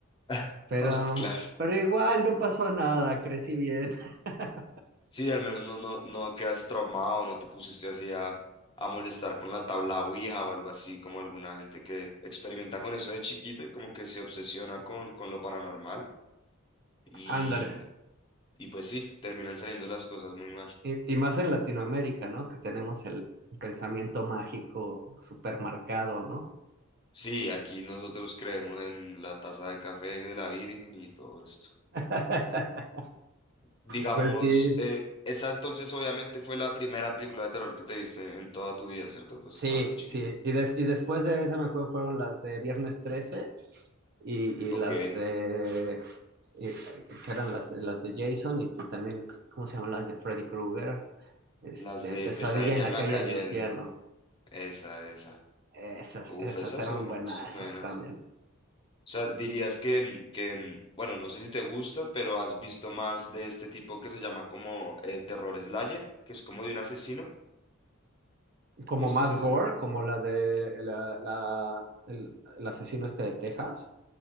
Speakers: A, on the left; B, on the right.
A: <laughs>
B: Pero,
A: claro.
B: pero igual no pasó nada, crecí bien. <laughs>
A: Sí, al menos no, no, no quedaste traumado, no te pusiste así a, a molestar con la tabla Ouija o algo así, como alguna gente que experimenta con eso de chiquito y como que se obsesiona con, con lo paranormal y,
B: Ándale.
A: y pues sí, terminan saliendo las cosas muy mal.
B: Y, y más en Latinoamérica, ¿no? Que tenemos el el pensamiento mágico supermercado ¿no?
A: Sí, aquí nosotros creemos en la taza de café de la Virgen y todo esto.
B: <laughs>
A: Digamos,
B: Pues sí,
A: eh, esa entonces obviamente fue la primera película de terror que te viste en toda tu vida, ¿cierto? Pues estabas
B: sí,
A: muy chiquito.
B: sí. Y, des- y después de esa, me acuerdo, fueron las de Viernes 13 y, y
A: Ok,
B: las de... y- que eran las, las de Jason y, y también, ¿cómo se llaman? Las de Freddy Krueger. Este,
A: las de
B: Pesadilla
A: Pesadilla
B: en
A: en
B: la
A: la
B: calle
A: calle
B: del infierno.
A: Elm, esa, esa.
B: Esas,
A: Uf,
B: esas
A: esas
B: eran
A: son,
B: buenas,
A: son buenas.
B: esas también.
A: O sea, dirías que, mm, que, mm, bueno, no sé si te gustan, pero has visto más de este tipo que se llama como eh, Terror Slayer, que es como de un asesino.
B: como
A: No
B: más
A: sé si
B: gore, como la de la, la- el, el asesino este de Texas.